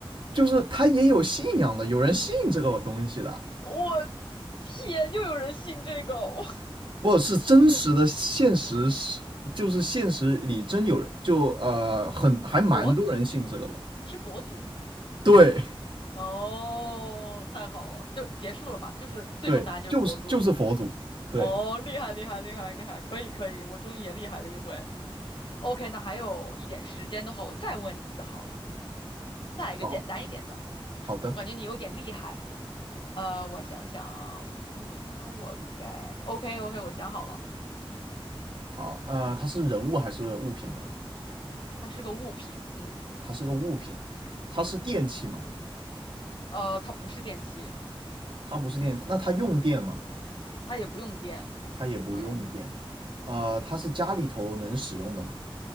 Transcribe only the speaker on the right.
就是他也有信仰的，有人信这个东西的，
不是真实的现实是，就是现实里真有人，就呃很还蛮多人信这个的，
对
对，就是就是佛祖，对，
好好的
好，呃，它是人物还是物品呢？
它是个物品，它是电器吗？
它不是电，那它用电吗？
它也不用电，
呃，它是家里头能使用的吗？